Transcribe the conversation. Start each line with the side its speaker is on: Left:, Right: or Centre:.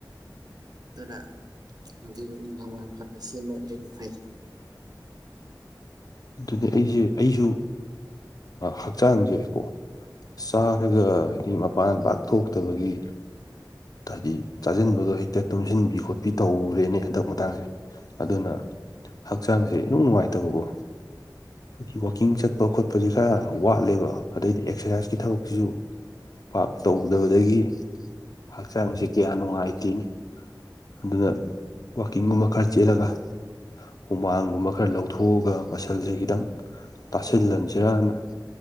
Right: ꯑꯗꯨꯅ ꯅꯨꯡ ꯅꯨꯃꯤꯗꯥꯡ ꯋꯥꯏꯔꯝ ꯈꯔ ꯈꯁꯤꯃꯛ ꯍꯦꯟꯅ ꯐꯩ
Left: ꯑꯗꯨꯅꯦ ꯑꯩꯁꯦ ꯑꯩꯁꯨ ꯍꯛꯆꯥꯡꯁꯦꯀꯣ ꯆꯥꯔꯒꯗꯤ ꯃꯄꯥꯟ ꯄꯥꯛꯊꯣꯛꯇꯕꯒꯤ ꯍꯥꯏꯗꯤ ꯆꯥꯁꯤꯟꯕꯗꯣ ꯍꯦꯛꯇ ꯇꯨꯝꯁꯤꯟꯕꯤ ꯈꯣꯠꯄꯤ ꯇꯧꯔꯦꯅꯦ ꯍꯟꯗꯛ ꯃꯇꯥꯡꯁꯦ ꯑꯗꯨꯅ ꯍꯛꯆꯥꯡꯁꯦ ꯏꯅꯨꯡ ꯅꯨꯡꯉꯥꯏꯇꯕꯀꯣ ꯍꯥꯏꯗꯤ ꯋꯥꯋꯀꯤꯡ ꯆꯠꯄ ꯈꯣꯠꯄꯁꯨ ꯈꯔ ꯋꯥꯠꯂꯦꯕ ꯑꯗꯩꯗꯤ ꯑꯦꯛꯁꯔꯁꯥꯏꯁꯀꯤ ꯊꯕꯛꯁꯤꯁꯨ ꯄꯥꯥꯛ ꯇꯧꯗꯕꯗꯒꯤ ꯍꯛꯆꯥꯡꯁꯤ ꯀꯌꯥ ꯅꯨꯡꯉꯥꯏꯇꯦꯅꯤ ꯑꯗꯨꯅ ꯋꯥꯛꯀꯤꯡꯒꯨꯝꯕ ꯈꯔ ꯆꯦꯜꯂꯒ ꯍꯨꯃꯥꯡꯒꯨꯝꯕ ꯈꯔ ꯂꯧꯊꯣꯛꯑꯒ ꯃꯁꯜꯁꯦ ꯈꯤꯇꯪ ꯇꯁꯤꯜꯍꯟꯁꯤꯔꯅ